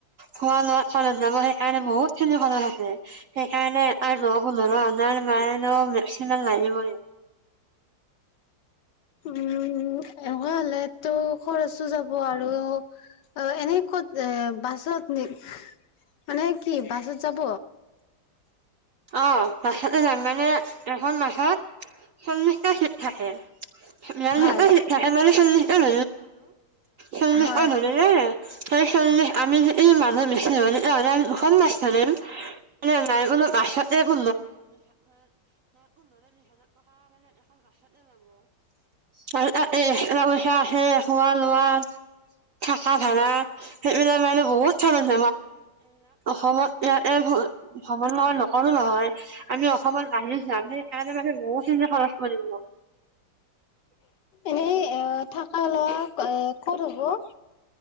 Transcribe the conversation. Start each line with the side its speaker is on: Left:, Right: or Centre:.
Right: খোৱা-লোৱাৰ চাউলত যাব, সেইকাৰণে বহুত খিনি খৰচ আছে। সেইকাৰণে আৰু পোন্ধৰ হাজাৰ মানে, মেক্সিমাম লাগিবই।
Left: উম এনেকুৱা হ'লেতো খৰচো যাব আৰু। অ'! এনে ক'ত, এ বাছত নি মানে কি, বাছত যাব?
Right: অ'! বাছতে যাম মানে। এখন বাছত চল্লিশটা চিট থাকে। বিয়াল্লিশটা
Left: হয়
Right: চিট থাকে। মানে, চল্লিশটা <unintelligible> চল্লিশটা
Left: হয়
Right: ধৰিলে <unintelligible> <unintelligible> আমি, যদি মানুহ বেছি হ'লে, আমি দুখন বাছ ধৰিম। <unintelligible> <unintelligible> মানে, এখন বাছতে যাব। তাৰপিছত এই, খোৱা পইচা আছে, খোৱা-লোৱা থাকা ভাড়া। সেইবিলাক মানে, বহুত খৰচ হয়। <unintelligible> সঙৰ লগত নকৰোঁ নহয়। আমি অসমত বাহিৰত যাম যে, সেইকাৰণে মানে, বহুতখিনিতে খৰচ পৰিব।
Left: এনেই, এ, থকা-লোৱা এ, ক'ত হ'ব?